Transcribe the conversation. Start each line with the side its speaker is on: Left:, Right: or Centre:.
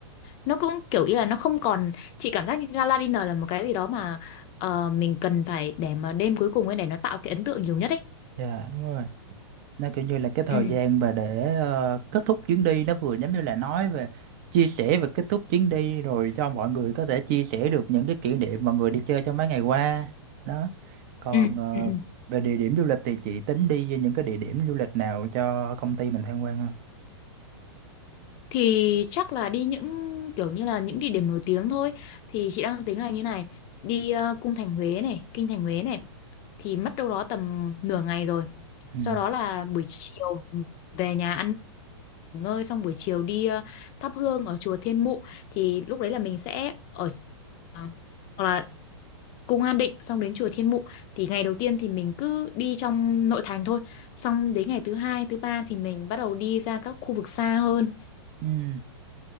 Left: nó cũng kiểu ý là nó không còn chị cảm giác như gala dinner là một cái gì đó mà ờ, mình cần phải để mà đêm cuối cùng ấy để nó tạo cái ấn tượng nhiều nhất ấy.
Right: Dạ đúng rồi nó kiểu như là cái thời
Left: Ừ.
Right: gian mà để ờ, kết thúc chuyến đi nó vừa giống như là nói về chia sẻ và kết thúc chuyến đi rồi cho mọi người có thể chia sẻ được những cái kỷ niệm mọi người đi chơi trong mấy ngày qua đó còn
Left: ừ,
Right: ờ,
Left: ừ. ừ.
Right: về địa điểm du lịch thì chị tính đi với những cái địa điểm du lịch nào cho công ty mình tham quan ha
Left: thì chắc là đi những kiểu như là những địa điểm nổi tiếng thôi thì chị đang tính là như này đi ờ, cung thành Huế này kinh thành Huế này thì mất đâu đó tầm nửa ngày rồi
Right: ừ
Left: sau đó là buổi chiều về nhà ăn nghỉ ngơi xong buổi chiều đi ờ, thắp hương ở chùa Thiên Mụ thì lúc đấy là mình sẽ ở ờ, hoặc là cung An Định xong đến chùa Thiên Mụ thì ngày đầu tiên thì mình cứ đi trong nội thành thôi xong đến ngày thứ hai thứ ba thì mình bắt đầu đi ra các khu vực xa hơn
Right: ừ